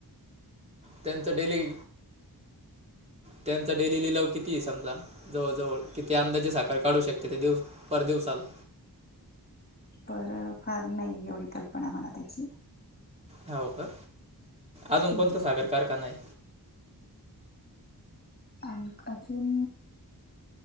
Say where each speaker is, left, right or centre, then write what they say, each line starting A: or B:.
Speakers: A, on the right (about 15°); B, on the left (about 25°).
A: त्यांच डेली त्यांचा डेली लिलाव किती आहे समजा? जवळजवळ किती अंदाजे साखर काढू शकते ते दिवस पर दिवसाला?
B: पर फार नाही एवढी कल्पना मला त्याची
A: हो का अजून
B: नाही.
A: कोणता सागर कारखाना आहे?
B: आण अजून